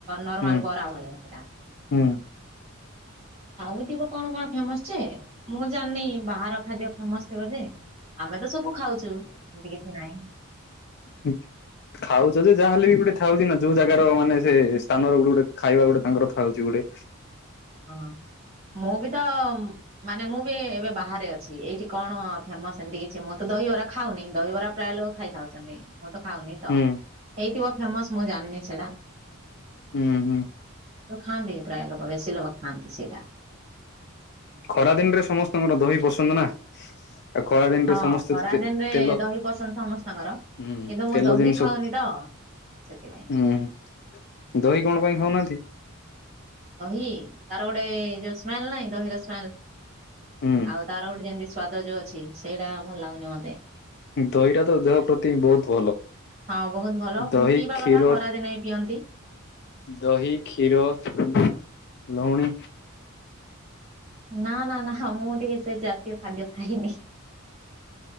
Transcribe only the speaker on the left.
ହୁଁ
ହୁଁ।
ହୁଁ। ଖାଉଚ ଯେ ଯାହାହେଲେ ବି ଗୋଟେ ଥାଉଛି ନା, ଯୋଉ ଜାଗାର ମାନେ ସେ ସ୍ଥାନର ଗୋଟେ ଗୋଟେ ଖାଇବା ଗୋଟେ ତାଙ୍କର ଥାଉଛି ଗୋ ଟେ।
ହୁଁ
ହୁଁ ହୁଁ।
ଖରାଦିନରେ ସମସ୍ତଙ୍କର ଦହି ପସନ୍ଦ ନା। ଆଉ ଖରାଦିନରେ
ସମସ୍ତେ
ତେ-ତେଲ
ହୁଁ ।
ତେଲ
ଜିନିଷ
ମୁଁ ଦହି କଣ ପାଇଁ ଖାଉନାହାଁନ୍ତି?
ହୁଁ
ଦହିଟା ତ ଦେହ ପ୍ରତି ବହୁତ ଭଲ।
ଦହି,
କ୍ଷୀର।
ଦହି, କ୍ଷୀର ଛେନା, ଲହୁଣୀ